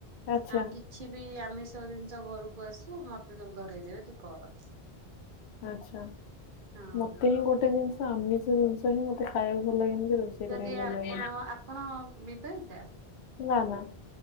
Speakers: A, on the left; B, on the right.
A: ଆଚ୍ଛା
B: ଆଉ କିଛି ବି ଆମିଷ ଜିନିଷ ଘରକୁ ଆଶୁ ମତେ ସବୁ ଧରେଇଦେବେ ତୁ କର।
A: ଆଚ୍ଛା,
B: ହଁ।
A: ମତେ ହିଁ ଗୋଟେ ଜିନିଷ ଆମିଷ ଜିନିଷ ହିଁ ମତେ ଖାଇବାକୁ ଭଲ ଲାଗେନି <unintelligible>
B: ଯଦି
A: ଭଲ
B: ଆପଣ।
A: ଲାଗେନି।
B: ଆପଣ ବିବାହିତା?
A: ନା ନା